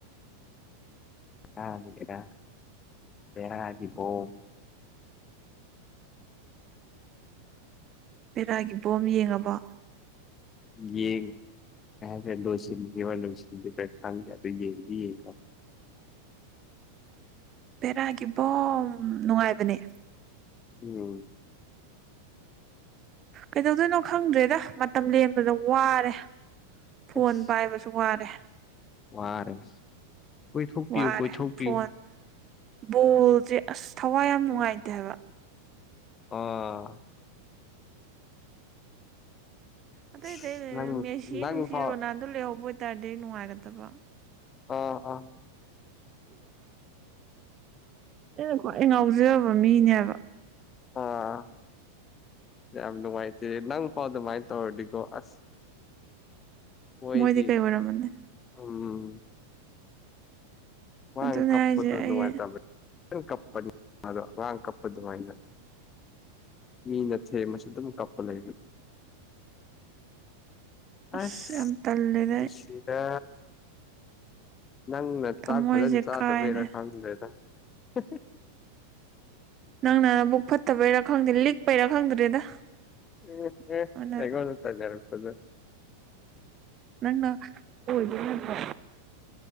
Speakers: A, on the left; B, on the right.
A: ꯗꯔ ꯄꯔꯕꯤꯕꯣꯝ
B: ꯄꯦꯔꯥꯒꯤ ꯕꯣꯝ ꯌꯦꯡꯉꯕ
A: ꯌꯦ ꯁ ꯂꯣꯁꯤꯣꯁꯤꯗꯤ ꯊ ꯀꯌꯥ ꯌꯦ
B: <unintelligible> ꯕꯦꯔꯥꯒꯤ ꯕꯣ ꯅꯨꯡꯉꯥꯏꯕꯅꯦ
A: ꯎꯝ
B: ꯀꯩꯗꯧꯗꯣꯏꯅꯣ ꯈꯪꯗ꯭ꯔꯦꯗ ꯃꯇꯝ ꯂꯦꯟꯕꯗ ꯋꯥꯔꯦ ꯐꯣꯟ
A: ꯑꯁ
B: ꯄꯥꯏꯕꯁꯨ ꯋꯥꯔꯦ
A: ꯋꯥꯔꯦ ꯀꯣꯏꯊꯣꯛꯄꯤꯌꯨ
B: ꯋꯥꯔꯦ
A: ꯀꯣꯏꯊꯣꯛꯄꯤꯌꯨ
B: ꯐꯣꯟ ꯕꯣꯜꯁꯦ ꯑꯁ ꯊꯋꯥꯏ ꯌꯥꯝ ꯅꯨꯡꯉꯥꯏꯅꯦ ꯑꯗꯨꯒꯕ
A: ꯑꯣ
B: ꯑꯇꯩ
A: ꯑꯁ
B: ꯑꯇꯩ
A: ꯅꯪ
B: ꯃꯦꯁꯤ
A: ꯅꯪ
B: ꯅꯨꯡꯁꯤ
A: ꯐꯥꯎ
B: ꯔꯣꯅꯥꯜꯗꯣ ꯂꯩꯍꯧꯕ ꯑꯣꯏꯇꯥꯔꯗꯤ ꯅꯨꯡꯉꯥꯏꯒꯗꯕ
A: ꯑꯥ ꯑꯥ
B: ꯑꯩꯅ ꯈ꯭ꯋꯥꯏ ꯉꯥꯎꯖꯕ ꯃꯤꯅꯦꯕ <unintelligible>
A: ꯑꯥ ꯌꯥꯝ ꯅꯨꯡꯉꯥꯏꯇꯦꯦ ꯅꯪ ꯄꯥꯎ ꯑꯗꯨꯃꯥꯏꯅ ꯇꯧꯔꯗꯤꯀꯣ ꯑꯁ ꯍꯣꯏꯗꯤ
B: ꯃꯣꯏꯗꯤ ꯀꯩ ꯑꯣꯏꯔꯝꯃꯅꯤ
A: ꯎꯝ ꯋꯥ
B: ꯑꯗꯨꯅꯦ
A: ꯀꯞꯀ
B: ꯍꯥꯏꯁꯦ
A: ꯇ
B: ꯑꯩ
A: ꯅꯨꯡꯉꯥꯏ ꯇꯃꯦ ꯀꯞ ꯔꯥꯡ ꯀꯞ ꯑꯗꯨ ꯑꯗꯨꯃ ꯏ ꯃꯤꯅꯊꯦꯃ ꯑꯗꯨꯝ ꯀꯞꯄ ꯂꯩꯕꯤꯔꯤ
B: <unintelligible> ꯑꯁ
A: ꯑꯁꯅꯨꯡꯁꯤꯗ
B: ꯌꯥꯝ ꯇꯜꯂꯦꯗ ꯑꯩ
A: ꯅ ꯆꯥꯥꯛ
B: ꯊꯃꯣꯏꯁꯦ
A: ꯐꯖ
B: ꯀꯥꯏꯔꯦ
A: ꯆꯥꯅ ꯊ <unintelligible>
B: ꯅꯪꯅ ꯕꯨꯛ ꯐꯠꯇꯕꯩꯔꯥ ꯈꯪꯗꯦ ꯂꯤꯛꯄꯩꯔꯥ ꯈꯪꯗ꯭ꯔꯦꯗ
A: ꯎꯝ ꯎ
B: ꯑꯗꯨꯅ
A: ꯍꯦꯒꯣꯟꯅ ꯇꯅꯤꯔꯄꯖ
B: ꯅꯪ ꯍꯣꯏꯗꯦꯅꯄ